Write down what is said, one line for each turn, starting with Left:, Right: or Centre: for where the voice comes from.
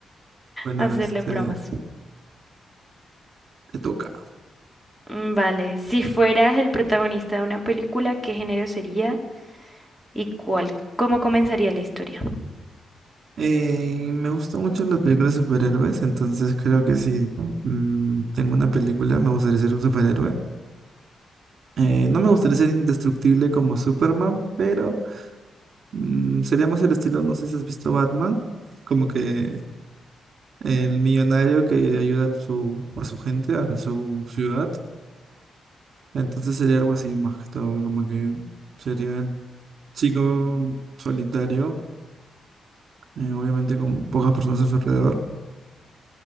Right: Bueno,
Centre: Hacerle
Right: este,
Centre: bromas.
Right: te toca.
Centre: Mm, Vale, si fueras el protagonista de una película, ¿qué género sería y cuál? ¿Cómo comenzaría la historia?
Right: Eh, me gustan mucho las películas de superhéroes, entonces creo que si mm, tengo una película me gustaría ser un superhéroe. Eh, no me gustaría ser indestructible como Superman, pero mm, sería más el estilo, no sé si has visto Batman, como que el millonario que ayuda a su, a su gente, a su ciudad. Entonces sería algo así más que todo, como que sería el chico solitario, eh, obviamente con pocas personas a su alrededor